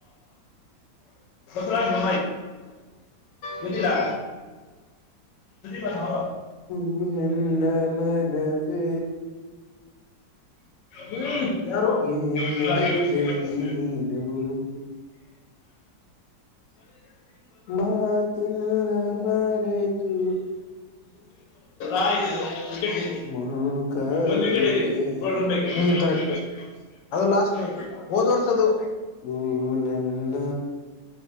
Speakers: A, on the left (about 85°); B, on the left (about 65°).
A: ಬರಮ್ಮ ಬುುದಲಾ ಸ ಬ ಹವ
B: ಇನ್ನ ಮನವೇ
A: ಹ್ಮ್ ಯಾರು <unintelligible>
B: ಏನಾದೆ
A: <unintelligible> ರಾಜ ಸ್ <unintelligible>
B: ನೀನು ಮಾತೆಲ್ಲ ಮರೆತು
A: ಆಯ್ ವಿಕೆಟ್
B: ಮೂಕದೆಯೇನು
A: ಒಂದ್ ವಿಕೆಟ್ ಇದ <unintelligible> ಹ್ಮ್ ಕರೆಕ್ಟ್ ಅದು ಲಾಸ್ಟ್ ಟೈಮ ಹೋದ ವರ್ಷದ್ದು
B: ಓ ನನ್ನ